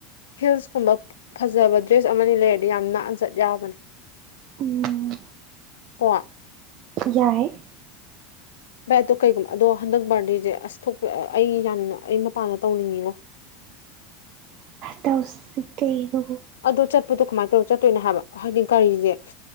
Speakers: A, on the left; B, on the right.
A: ꯍꯤꯜꯁꯀꯨꯝꯕ ꯐꯖꯕ ꯗ꯭ꯔꯦꯁ ꯑꯃꯅꯤ ꯂꯩꯔꯗꯤ ꯌꯥꯝ ꯟꯆꯠ ꯌꯥꯕꯅꯦ
B: ꯎꯝ
A: ꯀꯣ
B: ꯌꯥꯏ
A: ꯕꯦꯠꯇꯣ ꯀꯩꯒꯨꯝꯕ ꯑꯗꯣ ꯍꯟꯗꯛ ꯕꯥꯔꯗꯦꯁꯦ ꯑꯁ ꯊꯣꯛꯄ ꯑꯩ ꯌꯥꯝꯅ ꯑꯩ ꯃꯄꯥꯟꯗ ꯇꯧꯅꯤꯡꯉꯤꯅꯣ
B: ꯇꯧꯁꯤ ꯀꯩꯅꯣ
A: ꯑꯗꯣ ꯆꯠꯄꯗꯣ ꯀꯃꯥꯏꯅ ꯇꯧꯔ ꯆꯠꯇꯣꯏꯅꯣ ꯍꯥꯏꯕ ꯍꯥꯏꯗꯤ ꯒꯥꯔꯤꯁꯦ